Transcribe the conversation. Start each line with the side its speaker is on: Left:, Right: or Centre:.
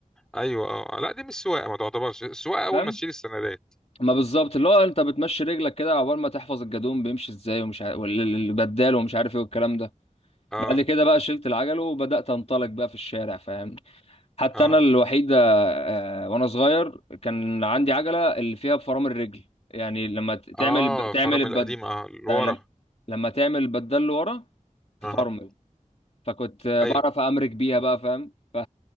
Centre: ايوه اه لا دي مش سواقه ما تعتبرش السواقه اول
Left: فاهم
Centre: ما تشيل السندات
Left: ما بالظبط اللي هو انت بتمشي رجلك كده عقبال ما تحفظ الجدون بيمشي ازاي ومش عارف والبدال ومش عارف ايه والكلام ده
Centre: اه
Left: بعد كده بقى شلت العجل وبدات انطلق بقى في الشارع فاهم حتى
Centre: اه
Left: انا الوحيد آه، وانا صغير كان عندي عجله اللي فيها بفرامل الرجل يعني لما ت- تعمل
Centre: اه
Left: تعمل
Centre: فرامل
Left: البد
Centre: القديمه اه لورا
Left: لما لما تعمل البدال لورا تفرمل
Centre: اه
Left: فكنت
Centre: ايوه
Left: بعرف امرك بيها بقى فاهم ف